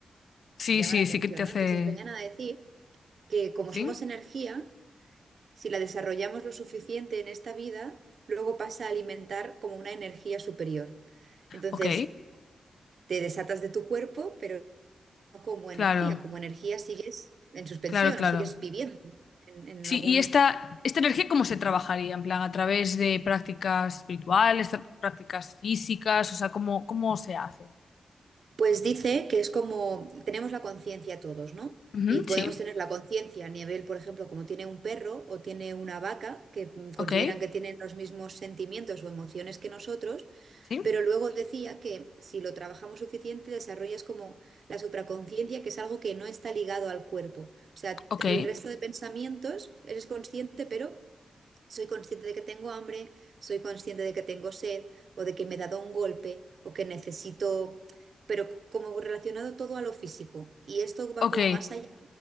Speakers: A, on the left; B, on the right.
A: Sí,
B: llama
A: sí,
B: la atención,
A: sí que te hace...
B: ¿no? Entonces venían a decir que como
A: ¿Sí?
B: somos energía, si la desarrollamos lo suficiente en esta vida, luego pasa a alimentar como una energía superior. Entonces
A: Ok,
B: te desatas de tu cuerpo, pero no como
A: claro,
B: energía, como energía sigues en suspensión
A: claro, claro.
B: o sigues viviendo en, en
A: Sí,
B: algún
A: y esta, esta energía, ¿cómo se trabajaría? En plan, a través de prácticas espirituales, tra- prácticas físicas, o sea, ¿cómo, cómo se hace?
B: Pues dice que es como tenemos la conciencia todos, ¿no?
A: Ujú,
B: Y podemos
A: sí.
B: tener la conciencia a nivel, por ejemplo, como tiene un perro o tiene una vaca, que mm, consideran
A: Ok,
B: que tienen los mismos sentimientos o emociones que nosotros,
A: sí,
B: pero luego decía que si lo trabajamos suficiente, desarrollas como la supraconciencia, que es algo que no está ligado al cuerpo. O sea,
A: ok,
B: el resto de pensamientos eres consciente, pero soy consciente de que tengo hambre, soy consciente de que tengo sed o de que me he dado un golpe o que necesito, pero como relacionado todo a lo físico. Y esto va
A: ok.
B: como más allá,